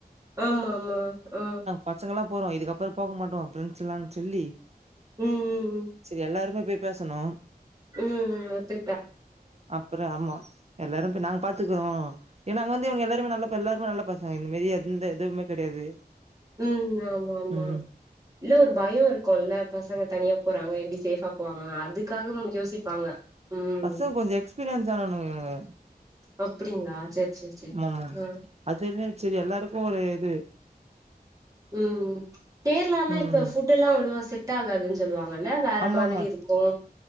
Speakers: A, on the right; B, on the right.
A: ஆமா ஆமா ஆ
B: பசங்கல்லா போறோ இதுக்கப்புறோ போக மாட்டோ ஃப்ரெண்ட்ஸ் எல்லா சொல்லி
A: ம் ம்
B: சரி எல்லாருமே போய் பேசணு
A: ம் அது
B: அப்புறோ ஆமா எல்லாரு போய் நாங்க பாத்துக்குறோ ஏன்னா அங்க வந்து இவனுங்க எல்லாருமே நல்ல ப எல்லாருமே பசங்க இந்த மாரி எந்த இதுவுமே கெடையாது
A: ம் ஆமா ஆமா
B: ம்
A: இல்ல ஒரு பயோ இருக்குல்ல பசங்க தனியா போறாங்க எப்டி சேஃபா போவாங்க அதுக்காகவு யோசிப்பாங்க ம்
B: பசங்க கொஞ்ச எக்ஸ்பீரியன்ஸ் ஆனவனுங்க இவனுங்க
A: அப்டிங்களா சேர் சேர் சேர்
B: ஆமாமா
A: ஆ
B: அதுமே செரி எல்லாருக்கு ஒரு இது
A: ம் கேரளா எல்லா
B: ம்
A: இப்ப ஃபுட் எல்லா அவ்ளோவா செட் ஆகாதுன்னு சொல்லுவாங்கல்ல வேற
B: ஆமா
A: மாதிரி
B: ஆமா
A: இருக்கு